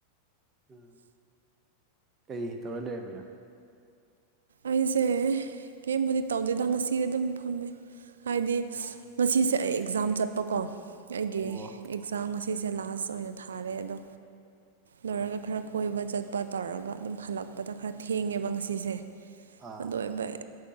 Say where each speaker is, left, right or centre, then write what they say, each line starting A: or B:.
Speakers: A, on the right; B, on the right.
A: ꯎꯝ ꯀꯩ ꯇꯧꯔ ꯂꯩꯔꯝꯃꯤꯅ‌ꯣ
B: ꯑꯩꯁꯦ ꯀꯦꯝꯕꯨꯗꯤ ꯇꯧꯗ‌ꯦꯗ ꯉꯁꯤ ꯑꯗꯨꯝ ꯐꯝꯃꯦ ꯍꯥꯏꯗꯤ
A: ꯑꯣ
B: ꯉꯁꯤꯁꯦ ꯑꯩ ꯑꯦꯛꯖꯥꯝ ꯆꯠꯄꯀꯣ ꯑꯩꯒꯤ
A: ꯑꯣ
B: ꯑꯦꯛꯖꯥꯝ ꯉꯁꯤ ꯍꯤꯖ‌ꯦ ꯂꯥꯁ ꯑꯣꯏꯅ ꯊꯥꯔꯦ ꯑꯗꯣ ꯂꯣꯏꯔꯒ ꯈꯔ ꯀꯣꯏꯕ ꯆꯠꯄ ꯇꯧꯔꯒ ꯑꯗꯨꯝ ꯍꯜꯂꯛꯄꯗ ꯈꯔ ꯊꯦꯡꯉꯦꯕ ꯉꯁꯤꯁꯦ
A: ꯑꯥ
B: ꯑꯗꯨ ꯑꯣꯏꯕꯩ